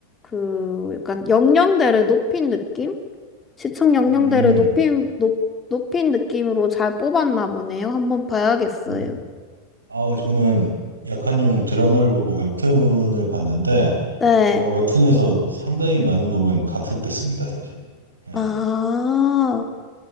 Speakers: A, on the left; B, on the right.
A: 그 약간 영령대를 높인 느낌? 시청 영령대를
B: 음.
A: 높인 높, 높인 느낌으로 잘 뽑았나 보네요. 한번 봐야겠어요.
B: 네. 어 저는 약한 용 드라마를 보고 웹툰을 봤는데,
A: 네.
B: 어, 웹툰에서 상당히 많은 부분 각색됐습니다, 사실. 예.
A: 아,